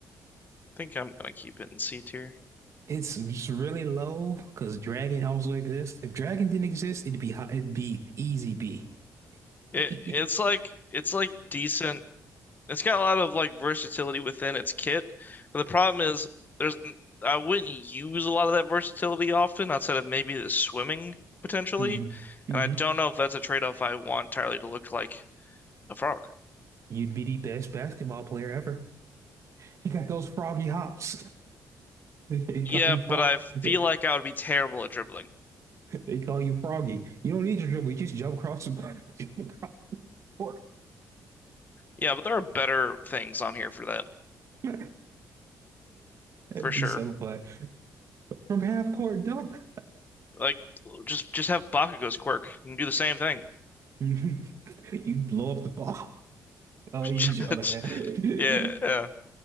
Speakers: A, on the left; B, on the right.
A: I think I'm gonna keep it in C tier.
B: It's it's really low because Dragon also exists. If Dragon didn't exist, it'd be hot, it'd be easy B.
A: It
B: <laughs>
A: it's like it's like decent. It's got a lot of like versatility within its kit, but the problem is there's I wouldn't use a lot of that versatility often outside of maybe the swimming potentially,
B: hmm hmm
A: and I don't know if that's a trade-off I want entirely to look like a frog.
B: You'd be the best basketball player ever. You got those froggy hops. <laughs> They call
A: Yeah,
B: you frog.
A: but I feel
B: They,
A: like I would be terrible at dribbling.
B: they call you froggy. You don't need to dribble. You just jump across the <laughs> jump across court.
A: Yeah, but there are better things on here for that
B: <laughs> That'd
A: for sure.
B: be so fun. From half court dunk,
A: Like just just have Bakugo's quirk and do the same thing.
B: <laughs> you'd blow up the ball. <laughs> Oh,
A: <laughs>
B: use your other hand.
A: Yeah, yeah.